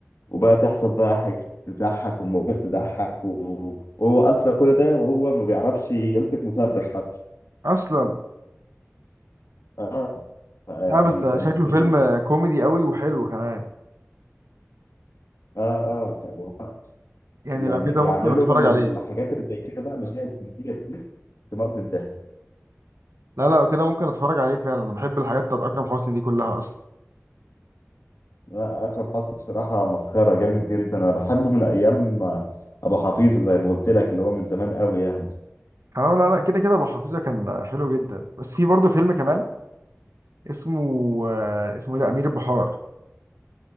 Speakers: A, on the left (about 85°); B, on the right (about 90°).
A: وبقى تحصل بقى حاجات تضحك ومواقف تضحك و- وهو اصلا كل ده وهو ما بيعرفش يمسك مسدس حتى
B: اصلا
A: اه يعني
B: لا بس ده
A: كانت
B: شكله فيلم
A: ال...
B: كوميدي قوي وحلو كمان
A: اه اه ك-
B: يعني
A: يعني
B: لو كده
A: بيعملوا
B: ممكن اتفرج
A: من
B: عليه
A: الحاجات اللي زي كده بقى مشاهد كوميدية كتير تموت من الضحك
B: لا لا لو كده ممكن اتفرج عليه فعلا انا بحب الحاجات بتاعت اكرم حسني دي كلها اصلا
A: لا اكرم حسني بصراحه مسخره جامد جدا انا بحبه من ايام ابو حفيظه زي ما قلت لك اللي هو من زمان قوي يعني
B: اه لا لا كده كده ابو حفيظه كان حلو جدا بس في برضه فيلم كمان اسمه آه، اسمه ايه ده امير البحار